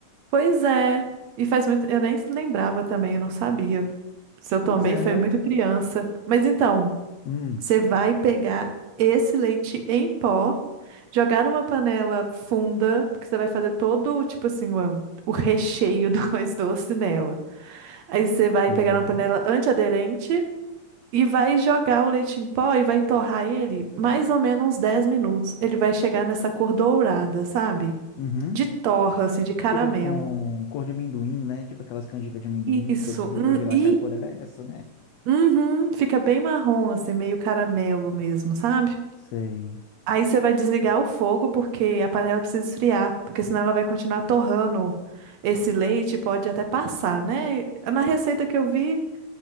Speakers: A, on the right (about 70°); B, on the left (about 85°).
A: pois é. E faz muito. Eu nem se lembrava também, eu não sabia. Se eu tomei,
B: Pois é.
A: foi muito criança. Mas então.
B: Hum,
A: Você vai pegar esse leite em pó, jogar numa panela funda, porque você vai fazer todo, tipo assim, o, o recheio do <laughs> arroz doce nela. Aí você vai
B: sei.
A: pegar uma panela antiaderente e vai jogar o leite em pó e vai torrar ele mais ou menos uns 10 minutos. Ele vai chegar nessa cor dourada, sabe?
B: Uhum.
A: De torra, assim, de caramelo.
B: Fica com cor de amendoim, né? Tipo aquelas canjicas de amendoim
A: Isso,
B: que eu vi,
A: hum,
B: eu vi lá
A: isso.
B: que a cor era essa, né?
A: Uhum, fica bem marrom, assim, meio caramelo mesmo, sabe?
B: Sei.
A: Aí você vai desligar o fogo porque a panela precisa esfriar, porque senão ela vai continuar torrando esse leite, e pode até passar, né? Na receita que eu vi,